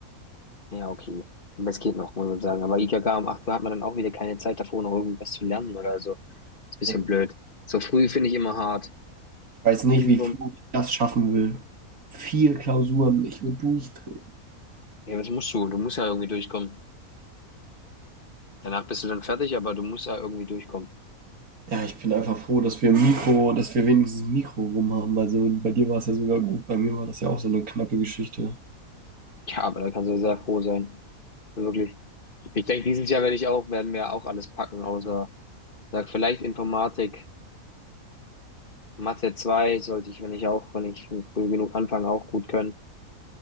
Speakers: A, on the left (about 40°); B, on the right (about 80°).
A: Ja, okay. Aber es geht noch, muss man sagen. Aber IKK um 8 Uhr hat man dann auch wieder keine Zeit davor, noch irgendwas zu lernen oder so. Ist ein bisschen
B: Ich
A: blöd. So früh finde ich immer hart.
B: weiß nicht,
A: Ich will lieber,
B: wie Flo das schaffen will. Vier Klausuren, ich will durchdrehen.
A: ja, was musst du? Du musst ja irgendwie durchkommen. Danach bist du dann fertig, aber du musst ja irgendwie durchkommen.
B: Ja, ich bin einfach froh, dass wir Mikro, dass wir wenigstens Mikro rum haben. Also bei dir war es ja sogar gut, bei mir war das ja auch so eine knappe Geschichte.
A: Ja, aber da kannst du sehr froh sein. Wirklich. Ich denke, dieses Jahr werde ich auch, werden wir auch alles packen, außer, sag, vielleicht Informatik. Mathe 2 sollte ich, wenn ich auch, wenn ich früh genug anfange, auch gut können.